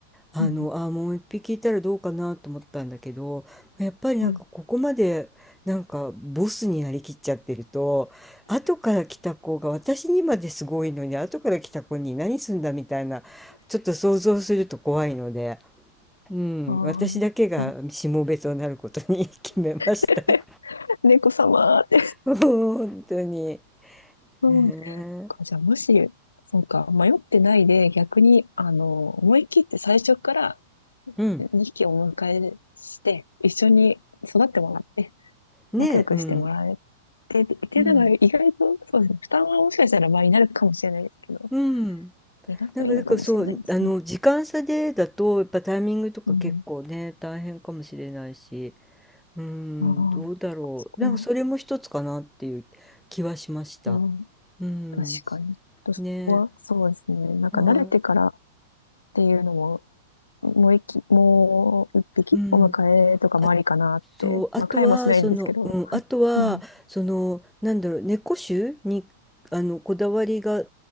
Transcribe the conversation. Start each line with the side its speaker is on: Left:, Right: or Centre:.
Centre: あのあもう一匹いたらどうかなと思ったんだけどやっぱりなんかここまでなんかボスになりきっちゃってると後から来た子が私にまですごいのに後から来た子に何すんだみたいなちょっと想像すると怖いので。
Left: うん。はい。
Centre: うん、
Left: あ
Centre: 私だけがしもべとなることに
Left: あ、
Centre: <laughs> 決めました。
Left: <laughs> 猫様って。
Centre: <laughs> 本当に。
Left: うん。
Centre: ね
Left: じゃあ、もし、そうか、迷ってないで、逆に、あの、思い切って最初から
Centre: えうん。
Left: 2匹お迎えして、一緒に育ってもらって、
Centre: ねえ、
Left: 仲良くしてもらえ
Centre: うん。
Left: て、っていうのが意外と、
Centre: うん。
Left: そうですね、負担はもしかしたら倍になるかもしれないですけど、
Centre: うん。
Left: 意外といいのかもしれないですね。
Centre: なんか、だからそう、あの、時間差でだと、やっぱタイミングとか結構ね、
Left: うん。
Centre: 大変かもしれないし、うん、
Left: ああ、
Centre: どうだろう。
Left: そこは、
Centre: なんか、それも一つかなっていう気はしました。
Left: うん。
Centre: うん。
Left: 確かに。ちょっとそこは、
Centre: ね
Left: そうですね。なんか慣れてからっ
Centre: え、は
Left: ていうのも、もう一匹、もう一匹お迎えとかもありかなって。
Centre: い。うん。あ、そう、あとは、
Left: まあ、飼えもしないんですけど。
Centre: その、うん、
Left: はい。
Centre: あとは、
Left: うん。
Centre: その、なんだろう、猫種に、あの、こだわりが